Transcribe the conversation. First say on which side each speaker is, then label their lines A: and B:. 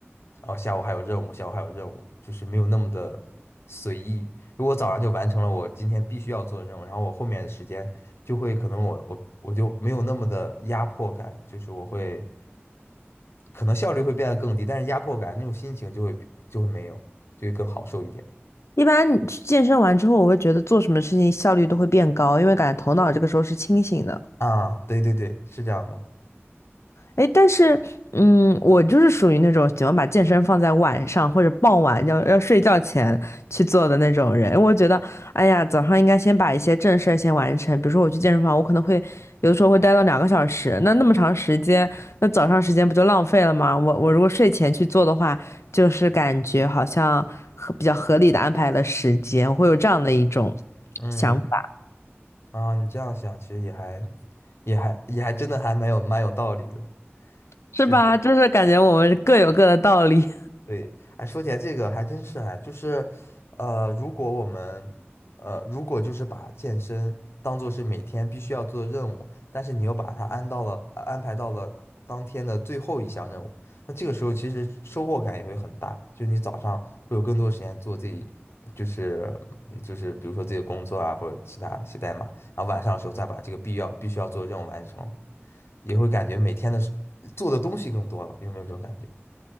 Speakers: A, on the left; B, on the left.
A: 哦，下午还有任务，下午还有任务，就是没有那么的随意。如果早上就完成了我今天必须要做的任务，然后我后面的时间就会可能我我我就没有那么的压迫感，就是我会可能效率会变得更低，但是压迫感那种心情就会比就会没有，就会更好受一点
B: 一般你去健身完之后，我会觉得做什么事情效率都会变高，因为感觉头脑这个时候是清醒的。
A: 啊。对对对，是这样的，
B: 哎，但是，嗯，我就是属于那种喜欢把健身放在晚上或者傍晚要要睡觉前去做的那种人。我觉得，哎呀，早上应该先把一些正事儿先完成。比如说，我去健身房，我可能会有的时候会待到两个小时，那那么长时间，那早上时间不就浪费了吗？我我如果睡前去做的话，就是感觉好像合比较合理的安排了时间，我会有这样的一种
A: 嗯
B: 想法，
A: 啊，你这样想其实也还也还也还真的还蛮有蛮有道理的。
B: 是吧？
A: 就。
B: 就是感觉我们各有各的道理。
A: 对，哎，说起来这个还真是哎，就是，呃，如果我们，呃，如果就是把健身当做是每天必须要做的任务，但是你又把它安到了，呃安排到了当天的最后一项任务，那这个时候其实收获感也会很大，就你早上会有更多时间做自己，就是嗯就是比如说自己的工作啊，或者其他写代码，然后晚上的时候再把这个必要必须要做的任务完成，也会感觉每天的事做的东西更多了，有没有这种感觉？